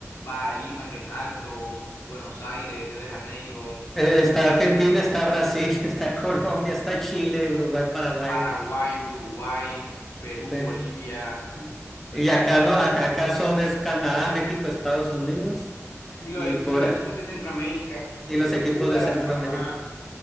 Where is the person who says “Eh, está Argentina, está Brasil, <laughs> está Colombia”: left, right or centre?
Centre